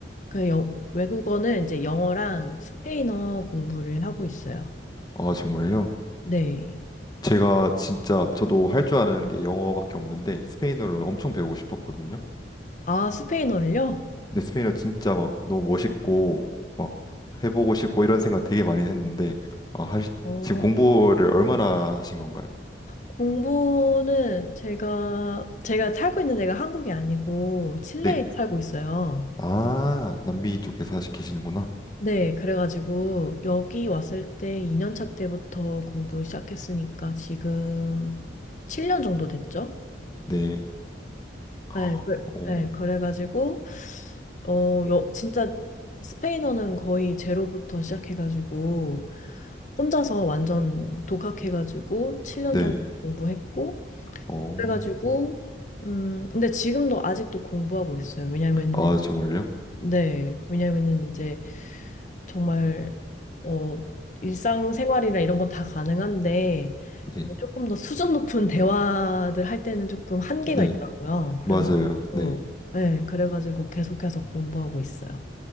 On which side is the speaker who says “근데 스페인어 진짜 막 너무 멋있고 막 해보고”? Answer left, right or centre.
Left